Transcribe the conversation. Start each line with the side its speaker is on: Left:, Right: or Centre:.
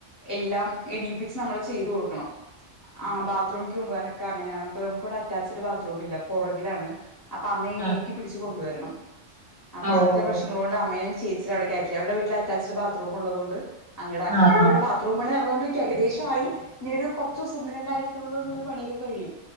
Left: എല്ലാം എണീപ്പിച്ച് നമ്മള് ചെയ്ത് കൊടുക്കണം ആഹ് ബാത്റൂമിക്ക് കൊണ്ട് പോകാനക്ക അങ്ങനെയാണ്പ്പൊ നമുക്കിവിടെ അറ്റാച്ചഡ് ബാത്റൂം ഇല്ല പുറകിലാണ് അപ്പൊ അമ്മയെനെ
Right: ആഹ്
Left: ഏറ്റി പിടിച്ചു കൊണ്ടുവരണം അപ്പൊ
Right: ഓഹ്
Left: അങ്ങനത്തെ
Right: ഓഹ്
Left: ഒരു പ്രശ്ന ഉള്ളത് കൊണ്ട് അമ്മേന ചേച്ചിട അവിടേക് ആക്കി ക്കി അവര്ടെ വീട്ട്ല് അറ്റാച്ച്ട് ബാത്റൂം ഉള്ളതോണ്ട് അങ്ടാക്കി
Right: ആഹ്
Left: ഇപ്പവ്ടെ ബാ ത്യു പണി നടന്നുകണ്ടിരിക്കുകയ ഏകദേശ ആയി ഇനി ഒരു കുറച്ച് ദിവസം ഒന്ന് രണ്ടായിച്ചത്തോളുള്ള പണിയൊക്കെ കഴിയും